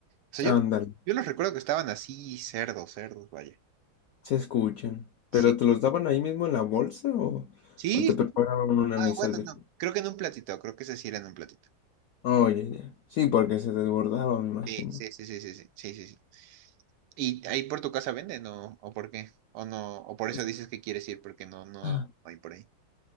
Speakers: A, on the right; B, on the left.
A: sea,
B: ándale,
A: yo, yo los recuerdo que estaban así, cerdos, cerdos, vaya.
B: se escuchan.
A: Sí.
B: ¿Pero te los daban ahí mismo en la bolsa o,
A: Sí.
B: o te
A: sí.
B: preparaban un anisal
A: Ah, bueno, no. Creo que en un platito, creo que ese sí era en un platito.
B: Oye, ya. Sí, porque se desbordaba, me imagino.
A: Sí, sí, sí, sí, sí, sí, sí, sí. sí. ¿Y ahí por tu casa venden o, o por qué? O no, o por eso
B: Eso.
A: dices que quieres ir porque no, no
B: Ah.
A: hay por ahí.